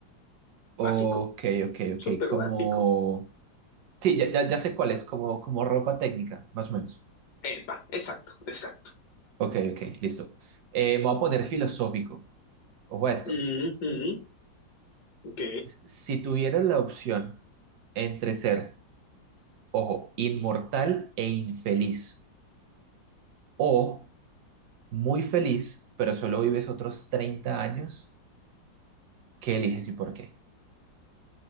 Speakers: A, on the right; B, on the left.
A: Ok,
B: básico,
A: ok, ok.
B: súper
A: Como...
B: básico.
A: Sí, ya, ya, ya sé cuál es, como, como ropa técnica, más o menos.
B: Epa, exacto, exacto.
A: Ok, ok, listo. Eh, me voy a poner filosófico. Ojo a esto.
B: Ujú, ok,
A: S- Si tuvieras la opción entre ser, ojo, inmortal e infeliz, o muy feliz, pero solo vives otros 30 años, ¿qué eliges y por qué?